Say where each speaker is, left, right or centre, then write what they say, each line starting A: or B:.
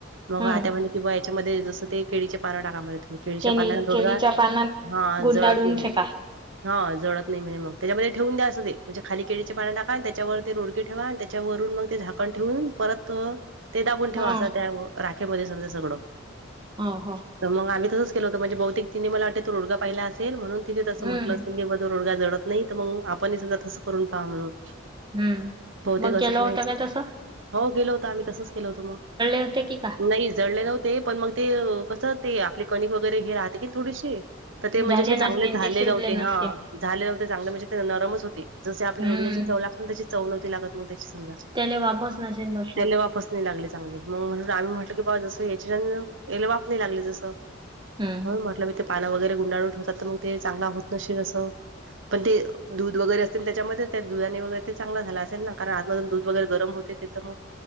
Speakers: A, on the right; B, on the right.
A: मग
B: हम्म
A: आता म्हणे कंवा याच्यामध्ये जसं ते केळीचे पारा टाका म आहे तुम्ही केळीच्या
B: केणी
A: पाण्याने
B: केळीच्या
A: दोडगा
B: पानात
A: हा
B: गुंडाळून
A: जळत नाही
B: फेका
A: हा जडळत नाही म्हणजे मग त्याच्यामध्ये ठेवून द्या असं ते म्हणज खाली केळीचे पां टाका त्यावर ते रोडगे ठेवा आणि त्याच्यावरून मग ते झाकण ठेवून परत. ते दाबून ठेवा
B: हा
A: असा त्या राखेमध्ये समजा सगळं
B: ह हो
A: तर मग आम् तसं के होत म्हणजे बहतिक तिने मला वाटत तोडाहिला असेलणून तिथे तसं
B: हम्म
A: म्हटलं असेल की ब तो रोडगा जडत नाही तर मग आपण समजा तसं करून पहा म्हणून.
B: हम्म
A: बहुतेक
B: मग
A: असं
B: गेलं
A: काही
B: होतं
A: असेल.
B: काय तस
A: हो गेलो होत आम्ही तसच केल होतो मग
B: होते की का
A: नाही जडले नव्हते पण मग. ते कसं ते आपले कणिक वगैरे हे राहते कि थोडीशी तर ते
B: झाले
A: म्हणजे असे
B: नसतील
A: चांगले झाले
B: ते शिजले
A: नव्हते
B: नसतील
A: हा झाले नव्हते चांगले म्हणजे ते नरमच होते. जसे आपल्या
B: हम्म
A: रोडग्याची चव लागते ना त्याची चव नव्हती लागत मग त्याची समजा.
B: त्याले वापच नसेन बसली.
A: त्याला वाफच नाही लागले चांगली मग म्हणट आम्ही म्हटलं की बाबा जसं याच्या याला वाप नाही लागले जसं.
B: हम्म.
A: म्हणून म्हटलं मी ते पान वगैरे गुंडाळून ठेवतात तर मग ते चांगला होत नशील असं. पण ते दूध वगैरे असतील त्याच्यामध्ये त्या दुधा वगैर ते चांगला झालं असेल ना. कारण आत मधून दूध वैगैर गरम होते ते तर मग